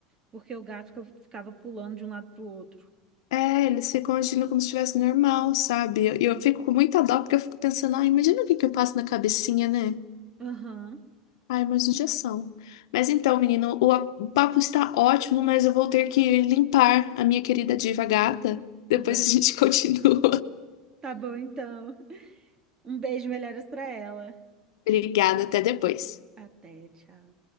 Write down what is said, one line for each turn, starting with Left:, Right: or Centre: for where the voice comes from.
Right: porque o gato fica- ficava pulando de um lado pro outro.
Left: É, eles ficam agindo como se estivesse normal, sabe? E eu, eu fico com muita dó porque eu fico pensando, ah, imagina o que que eu passo na cabecinha, né?
Right: Aham,
Left: Ai, mais injeção. Mas então, menino, o, a- o papo está ótimo, mas eu vou ter que limpar a minha querida diva gata. Depois
Right: aham.
Left: a gente <laughs> continua.
Right: Tá bom então. Um beijo, melhoras pra ela.
Left: Obrigada, até depois.
Right: Até, tchau.